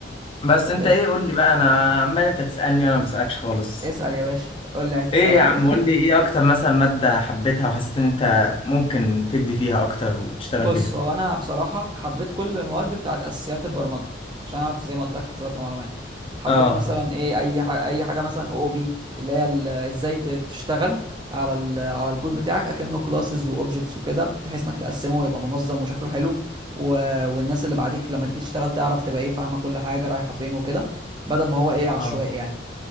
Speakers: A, on the left (about 30°); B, on the right (about 25°).
A: بس
B: طب
A: انت
B: قشطة
A: ايه قول لي بقى انا عمال انت تسالني وانا ما بسالكش خالص
B: اسأل يا باشا قول لي عايز تسأل
A: ايه
B: على
A: يا عم
B: ايه <laughs>
A: قول لي ايه اكتر مثلا مادة حبيتها وحسيت ان انت ممكن تدي فيها اكتر وتشتغل
B: بص
A: بيها
B: هو انا بصراحة حبيت كل المواد بتاعت اساسيات البرمجة عشان انا زي ما قلت لك في حسابات ومعلومات حبيت
A: اه
B: مثلا ايه اي حاجة اي حاجة مثلا او بي اللي هي ال- ازاي ت- تشتغل على ال على الكود بتاعك اكنه كلاسز واوبجكتس وكده بحيث انك تقسمه ويبقى منظم وشكله حلو و... والناس اللي بعديك لما تيجي تشتغل تعرف تبقى ايه فاهمة كل حاجة رايحة فين وكده بدل ما هو ايه عشوائي
A: اه
B: يعني